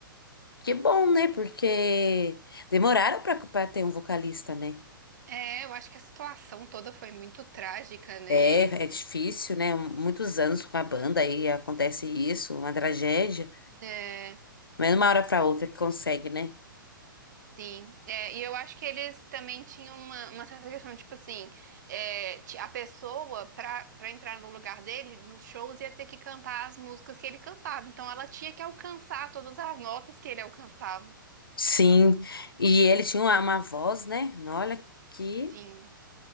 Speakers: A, on the left (about 85°); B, on the right (about 55°).
A: Que bom, né? Porque demoraram pra, pra ter um vocalista, né?
B: É, eu acho que a situação toda foi muito trágica, né?
A: É, é difícil, né? Muitos anos com a banda aí acontece isso, uma tragédia.
B: É,
A: Mas de uma hora pra outra que consegue, né?
B: Sim, é, e eu acho que eles também tinham uma, uma certa questão, tipo assim, é, ti- a pessoa, pra, pra entrar no lugar dele, nos shows, ia ter que cantar as músicas que ele cantava. Então ela tinha que alcançar todas as notas que ele alcançava.
A: Sim.
B: Então,
A: E ele tinha uma, uma voz, né? Olha que
B: sim,